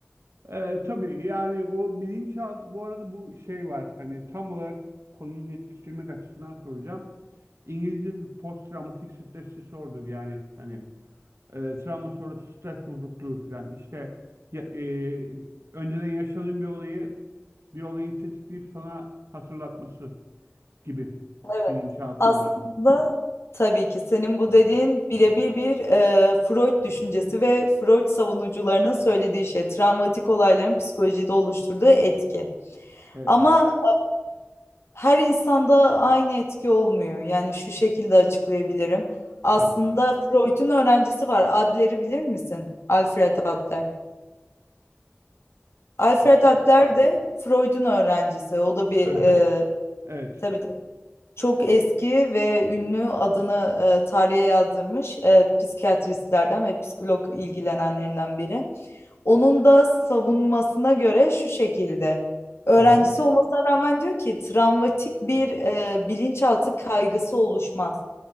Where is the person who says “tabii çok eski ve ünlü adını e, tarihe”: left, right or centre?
Left